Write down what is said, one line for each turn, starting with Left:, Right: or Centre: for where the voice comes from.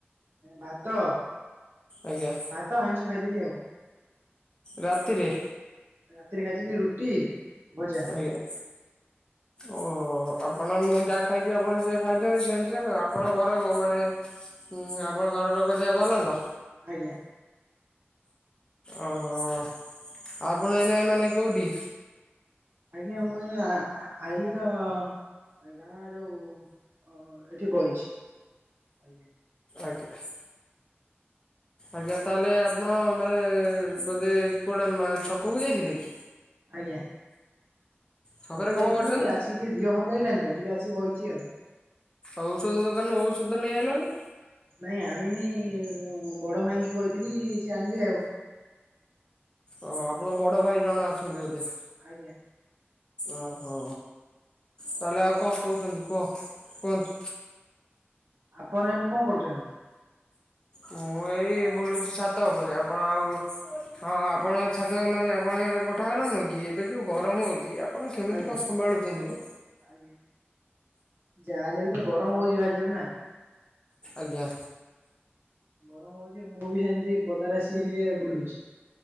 Right: ଭାତ।
Left: ଆଜ୍ଞା
Right: ଭା-ଭାତ ଆଇଁଷ ଖାଇଥିଲି ଆଉ।
Left: ରାତିରେ।
Right: ରାତିରେ ଖାଇଥିଲି ରୁଟି। ଭଜା
Left: ଆଜ୍ଞା ଓ ହୋ ଆପଣ ମୁଁ ଯାହା ଖାଇଛି ଆପଣ ସେଇଆ ଖାଇଛନ୍ତି ସେମ୍ ସେମ୍ ଆଉ ଆପଣଙ୍କ ଘର ମାନେ। ହୁଁ ଆପଣ ଘର ଲୋକ ଦେହ ଭଲ ତ।
Right: ଆଜ୍ଞା।
Left: ଓହୋ ଆପଣ ଏଇନା ମାନେ କୋଉଠି?
Right: ଆଜ୍ଞା ମୁଁ ଏଇନା ଆ-ଆ-ଆଇଲି ତ। ଆଜ୍ଞା ଯୋଉ ଅଁ ଏଠି ବଇଛି ଆଜ୍ଞା।
Left: ଆଜ୍ଞା। ଆଜ୍ଞା ତାହେଲେ ଆପଣ ମାନେ ବୋଧେ କୁଆଡେ ମା ଛକକୁ ଯାଇଥିଲେ କି?
Right: ଆଜ୍ଞା।
Left: ଛକରେ
Right: ଛକକୁୁ
Left: କଣ
Right: ଯାଇଥିଲି,
Left: କରୁଛନ୍ତି
Right: ଆସିକି ଟିକେ ଧିଅ ଭଲ ଲାଗିଲାନି ତ ଟିକେ ଆସିକି ବଇଛି ଆଉ।
Left: ଔଷଧ ଦୋକାନରୁ ଔଷଧ ନେଇ ଆଇଲନି।
Right: ନାଇଁ ଆଣିନି, ବଡଭାଇଙ୍କି କହିଥିଲି ସେ ଆଣିବେ ଆଉ।
Left: ଓଃ ଆପଣ ବଡଭାଇ ଜଣେ ଅଛନ୍ତି ବୋଧେ।
Right: ଆଜ୍ଞା।
Left: ଓହୋ ତାହଲେ ଆଉ କଣ କହୁଛନ୍ତି କୁହ। କୁହନ୍ତୁ
Right: ଆପଣ ଏଇନା କଣ କରୁଛନ୍ତି।
Left: ମୁଁ ଏଇ ବୁଲୁଛି ଛାତ ଉପରେ ଆପଣ ଆଉ ହଁ ଆପଣ ଛାତ ମାନେ ଆପଣ କୋଠା ନୁଅ କି ଏବେ ଯେଉଁ ଗରମ ହୋଉଛି ଆପଣ କେମିତି
Right: ଆଜ୍ଞା
Left: କଣ ସମ୍ଭାଳୁଛନ୍ତିମ।
Right: ଆଜ୍ଞା ଯାହାହେଲେ ବି ତ ଗରମ ହଉଛି ଭାରିଜୋରେ ନା
Left: ଆଜ୍ଞା।
Right: ଗରମ ହଉଛି ମୁଁ ବି ସେମିତି ପଦାରେ ଆସିକି ଟିକେ ବୁଲୁଛି।